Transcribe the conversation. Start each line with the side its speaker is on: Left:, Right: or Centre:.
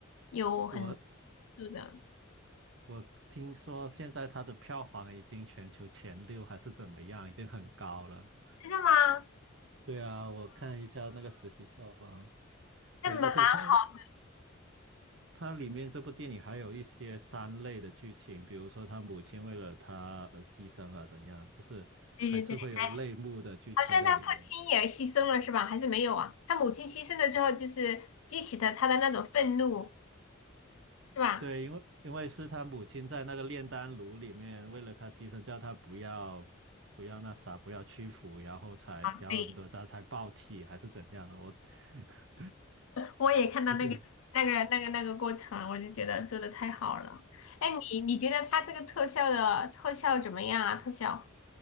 Left: 有很
Right: 我
Left: 是的，
Right: 我听说现在它的票房已经全球前六还是怎么样，已经很高了。
Left: 真的吗？啊，
Right: 对啊，我看一下那个实习票房。对，
Left: 那蛮蛮好的。
Right: 而且它它里面这部电影还有一些三类的剧情，比如说他母亲为了他而牺牲啊怎样，就是还是会有泪目的剧情在里面。
Left: 对对对。好像他父亲也牺牲了是吧？还是没有啊？他母亲牺牲了之后，就是激起的他的那种愤怒，是吧？
Right: 对，因为因为是他母亲在那个炼丹炉里面为了他牺牲，叫他不要不要那啥，不要屈服，然后才然后哪吒才爆体还是怎样的？
Left: 啊，对，
Right: 我 <laughs>
Left: 我也看到那个那个那个那个过程，
Right: 我觉得
Left: 我就觉得做的太好了。哎，你你觉得他这个特效的特效怎么样啊？特效？